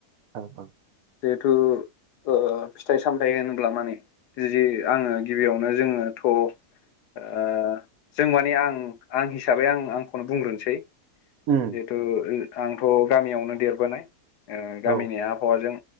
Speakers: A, on the right; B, on the left.
A: औ औ
B: जेथु ओ फिथाइ सामथायाइ होनोब्ला माने बिदि आङो गिबियावनो जोङो थ' ओ जों माने आं आं हिसाबै आं आंखौनो बुंग्रोनोसै
A: उम
B: ओ जिथु आंथ' गामियावनो देरबोनाय ओ
A: औ
B: गामिनि आबहावाजों